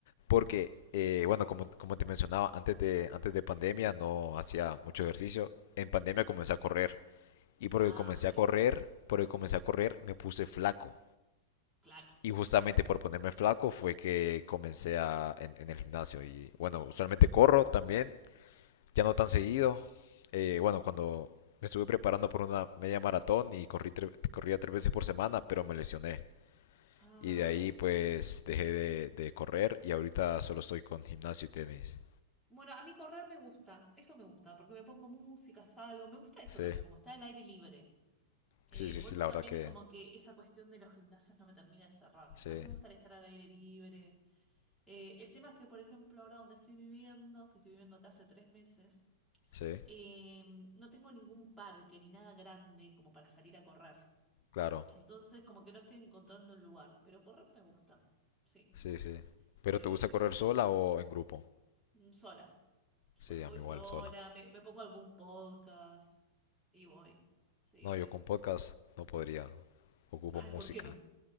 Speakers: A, on the left (about 60°); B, in the centre.
A: porque, eh, bueno, como, como te mencionaba, antes de, antes de pandemia no hacía mucho ejercicio. En pandemia comencé a correr. Y porque
B: Ah,
A: comencé
B: sí,
A: a correr, porque comencé a correr, me puse flaco.
B: claro.
A: Y justamente por ponerme flaco fue que comencé a, en, en el gimnasio. Y bueno, usualmente corro también, ya no tan seguido. Eh, bueno, cuando me estuve preparando por una media maratón y corrí, tre- corría tres veces por semana, pero me lesioné.
B: Ay.
A: Y de ahí pues dejé de, de correr y ahorita solo estoy con gimnasio y tenis.
B: Bueno, a mí correr me gusta, eso me gusta, porque me pongo música, salgo, me gusta eso
A: Sí,
B: también, como está el aire libre. Eh,
A: sí, sí,
B: por
A: sí,
B: eso
A: la
B: también
A: verdad que
B: es como que esa cuestión de los gimnasios no me termina de cerrar.
A: sí,
B: A mí me gustaría estar al aire libre. Eh, el tema es que, por ejemplo, ahora donde estoy viviendo, que estoy viviendo acá hace tres meses,
A: sí,
B: eh, no tengo ningún parque ni nada grande como para salir a correr.
A: claro,
B: Entonces, como que no estoy encontrando el lugar, pero correr me gusta, sí.
A: sí, sí. ¿Pero
B: Eh,
A: te gusta correr sola o en grupo?
B: mm, sola. So-
A: Sí, a
B: voy
A: mí igual,
B: sola,
A: sola.
B: me, me pongo algún podcast y voy. Sí,
A: No,
B: sí.
A: yo con podcast no podría. Ocupo
B: Ay,
A: música.
B: ¿por qué no?